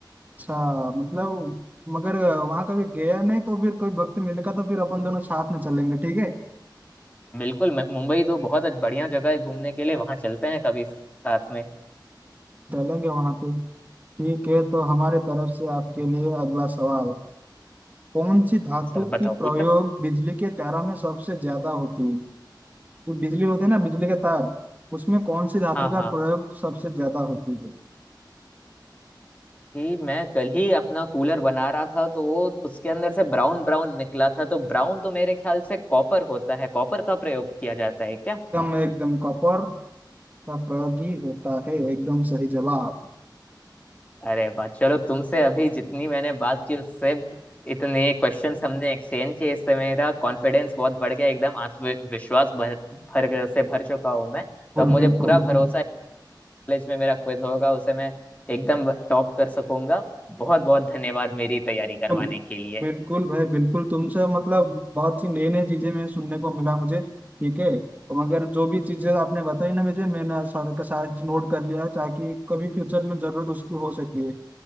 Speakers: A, on the right; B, on the left.
A: अच्छा मतलब मगर वहां कभी गया नहीं तो फिर कोई वक्त मिलेगा तो फिर अपन दोनों साथ में चलेंगे ठीक है
B: बिल्कुल मु- मुंबई तो बहुत बढ़िया जगह है घूमने के लिए वहां चलते हैं कभी साथ में
A: चलेंगे वहां पे ठीक है तो हमारे तरफ से आपके लिए अगला सवाल कौन सी धातु
B: चलो बताओ
A: की प्रयोग
B: पूछो
A: बिजली के तारों में सबसे ज्यादा होती है जो बिजली होते हैं ना बिजली के तार उसमें कौन सी धातु
B: हाँ
A: का
B: हाँ
A: प्रयोग सबसे ज्यादा होती है
B: कि मैं कल ही अपना कूलर बना रहा था तो वो उसके अंदर से ब्राउन ब्राउन निकला था तो ब्राउन तो मेरे ख्याल से कॉपर होता है कॉपर का प्रयोग किया जाता है क्या
A: एकदम एकदम कॉपर का प्रयोग ही होता है एकदम सही जवाब
B: अरे वाह चलो तुमसे अभी जितनी मैंने बात की उससे इतने क्वेश्चंस हमने एक्सचेंज किए इससे मेरा कॉन्फिडेंस बहुत बढ़ गया एकदम आत्मविश्वास भर भर से भर चुका हूँ मैं तो
A: बिल्कुल
B: अब मुझे
A: बिल्कुल
B: पूरा भरोसा
A: भी
B: है कि कॉलेज में मेरा क्विज होगा उसे मैं एकदम टॉप कर सकूंगा बहुत बहुत धन्यवाद मेरी तैयारी करवाने
A: बिल्कुल
B: के लिए
A: बिल्कुल भाई बिल्कुल तुमसे मतलब बहुत सी नई नई चीजें मैं सुनने को मिला मुझे ठीक है मगर जो भी चीजें आपने बताई ना मुझे मैंने सारे के सारे नोट कर लिया ताकि कभी फ्यूचर में जरूरत उसकी हो सकती है